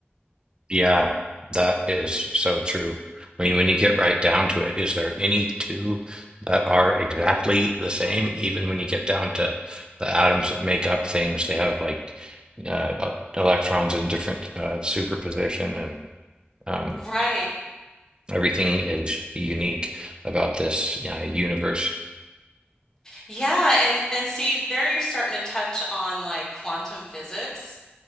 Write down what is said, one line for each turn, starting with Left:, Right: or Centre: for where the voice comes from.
Right: Yeah, that is so true. I mean, when you get right down to it, is there any two that are exactly the same? Even when you get down to the atoms that make up things, they have like uh, uh, electrons in different uh, superposition, and um,
Left: Right.
Right: everything is unique about this uh, universe.
Left: Yeah, and and see there you're starting to touch on like quantum physics.